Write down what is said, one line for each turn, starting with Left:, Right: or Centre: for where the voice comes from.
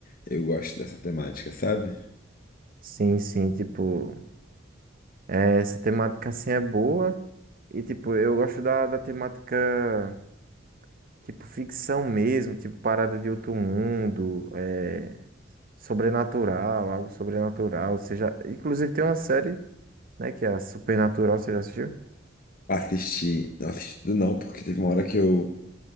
Left: Eu gosto dessa temática, sabe?
Right: Sim, sim, tipo, é, essa temática assim é boa. E tipo, eu gosto da, da temática tipo ficção mesmo, tipo parada de outro mundo, é, sobrenatural, algo sobrenatural. Você já, inclusive tem uma série, né, que é a Supernatural, você já assistiu?
Left: Assisti, não assisti tudo não, porque teve uma hora que eu,